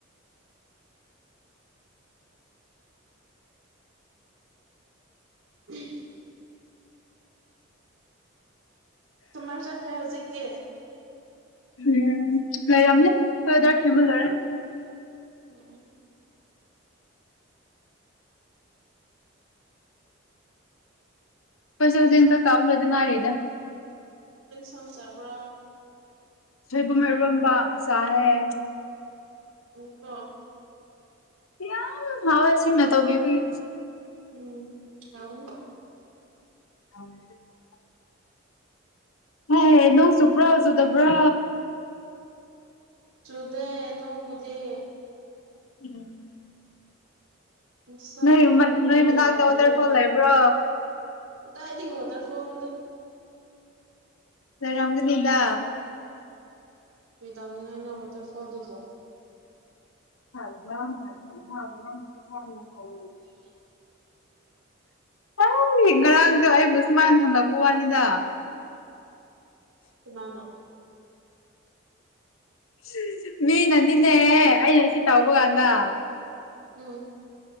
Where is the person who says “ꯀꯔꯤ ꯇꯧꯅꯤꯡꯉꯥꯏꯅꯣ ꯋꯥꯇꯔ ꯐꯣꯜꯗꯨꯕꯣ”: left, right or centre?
Right